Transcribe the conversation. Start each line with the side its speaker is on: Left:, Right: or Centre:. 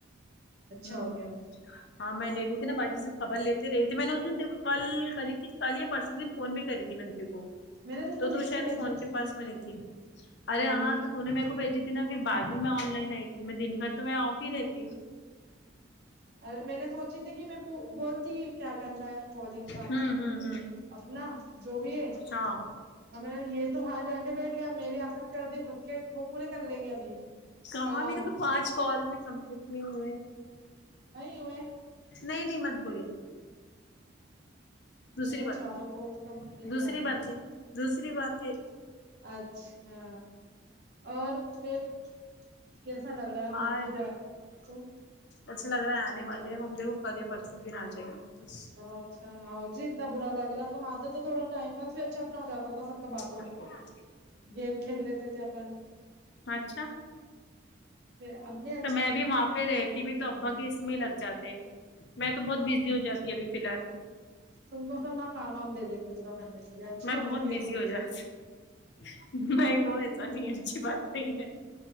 Right: اچھا
Left: ہوں
Right: ہو گیا اب تو۔
Left: ہاں میں لے رہی تھی نہ باجی سے خبر لیتے رہی تھی میں نے اس دن دیکھ کل کری تھی کل یا پرسوں کے دن فون بھی کری تھی میں نے تے کو
Right: میں نے تم
Left: تو
Right: کو
Left: تو
Right: لکھ
Left: شاید
Right: بھیجی
Left: فون
Right: تھی
Left: کے پاس میں نہیں تھی
Right: کال
Left: ارے ہاں
Right: می
Left: تو تو نے میرے کو بھیجی نا پھر بعد میں آن لائن آئی تھی میں دن بھر تو میں آف ہی رہتی
Right: اور میں نے سوچی تھی کہ میں بولتی کیا کرنا ہے کالنگ کا
Left: ہوں ہوں
Right: اپنا جو بھی ہے
Left: ہاں
Right: ہمیں نہ یہ تو وہاں جا کے بیٹھ گیا میری آفت کر دی خود کے وہ پورے کر لیں گے ابھی یہ
Left: کہاں
Right: کام
Left: میرے تو پانچ کال بھی کمپلیٹ نہیں ہوئے
Right: نہیں ہوئے
Left: نہیں نہیں مت بولے دوسری
Right: میرے کو
Left: بات
Right: چار
Left: ہے
Right: کال کمپلیٹ
Left: دوسری
Right: کر رہا
Left: بات ہے دوسری بات ہے
Right: اچھا اور پھر کیسا لگ رہا ہے وہاں
Left: اور
Right: پہ جا کو
Left: اچھا لگ رہا ہے آنے والے ہم دیکھو کل پرسوں کے دن آ جائیں گے واپس
Right: چلو اچھا ہؤ جی اتنا بر ل رہا تو م آ تو تو تھوڑا ٹائم پاس بھی اچھا اپنا ہو جاتا تھا سب کا بات
Left: اور کو <inaudible>
Right: گیم کھیل لیتے تھے اپن
Left: اچھا
Right: پھر ہم نے
Left: تو میں بھی وہاں پہ رہتی بھی تو ابا کے اس میں لگ جاتے میں تو بہت بزی ہو جاتی ہوں ابھی فی الحال
Right: تم کو سب وہاں کام وام دے دیتے پورا کرنے کے لیے اچھا
Left: میں
Right: بن
Left: بہت
Right: گیا
Left: بزی
Right: تو
Left: ہو جاتی نہیں وہ ایسا نہیں ہے اچھی بات نہیں ہے